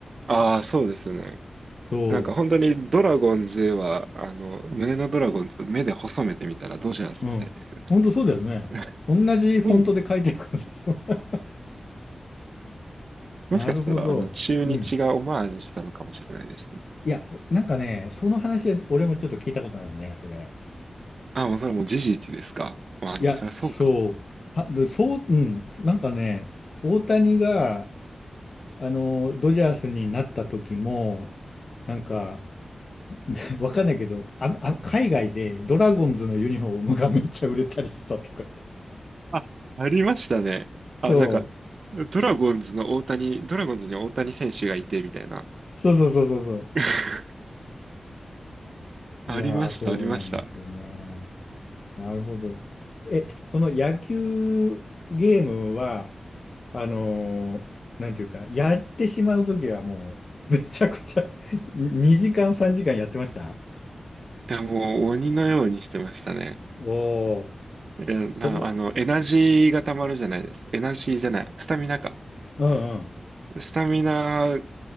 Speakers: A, on the right (about 60°); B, on the left (about 50°).
A: ああ、そうですね。
B: そ
A: なんか本当にドラゴンズは、あの、胸のドラゴンズ、目で細めてみたらドジャースみたいですよ
B: う、うん。本当そうだよね。
A: ね。
B: 同じフォントで書いてる感じですよ。
A: <laughs>
B: <laughs>
A: もしかしたら、
B: なるほど。
A: あの、中日がオマージュしたのかもしれないですね。
B: うん。いや、なんかね、その話、俺もちょっと聞いたことあるね、それ。
A: あ、もうそれもう事実ですか。まあでもそりゃそうか。
B: いや、そう。あ、でそう、うん、なんかね、大谷が、あの、ドジャースになった時も、なんか、<laughs> わかんないけど、あ、あ、海外でドラゴンズのユニフォームがめっちゃ売れたりしたとかって。<laughs>
A: あ、ありましたね。あ、
B: そう。
A: なんか、ドラゴンズの大谷、ドラゴンズに大谷選手がいて、みたいな。
B: そうそうそうそうそ
A: <laughs> ありました、
B: う。いやー、そうなんですよね。
A: ありました。
B: なるほど。え、その野球ゲームは、あのーなんていうか、やってしまうときはもう、めちゃくちゃ2 <laughs> 時間、3時間やってました
A: いや、もう鬼のようにしてましたね。
B: おー、
A: いや、
B: それ、
A: な、あの、エナジーが溜まるじゃないですか。エナジーじゃない。スタミナか。
B: うんうん、
A: スタミナ